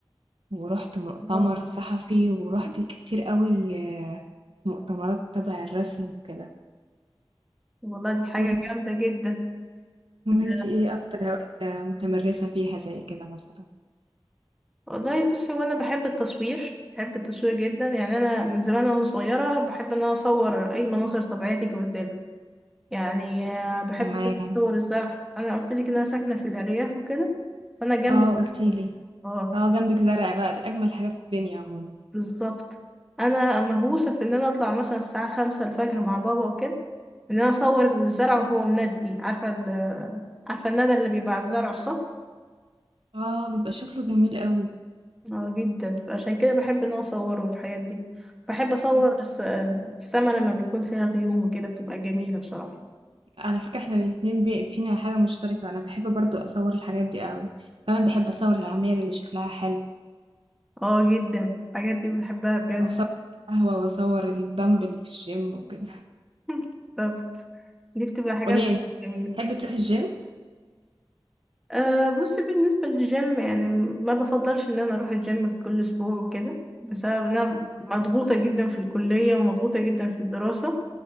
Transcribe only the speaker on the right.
ورحت مؤتمر
صحفي ورحت كتير قوي آه مؤتمرات تبع الرسم وكده
وانتي
وانتي
ايه أكتر هواية متمرسة فيها زي كده مثلا؟
تمام
اه قلتيلي
اه جنبك زرع بقى دي أجمل حاجة في الدنيا عموما
آه، بيبقى شكله جميل أوي.
إمم،
على فكرة إحنا الاتنين ب فينا حاجة مشتركة، أنا باحب برضه أصوّر الحاجات دي أوي، كمان باحب أصوّر العماير اللي شكلها حلو،
وأصوّر القهوة وأصوّر الدمبل في الgym وكده. <laughs>
قولي لي أنتِ،
تحبي تروحي الgym؟
إمم،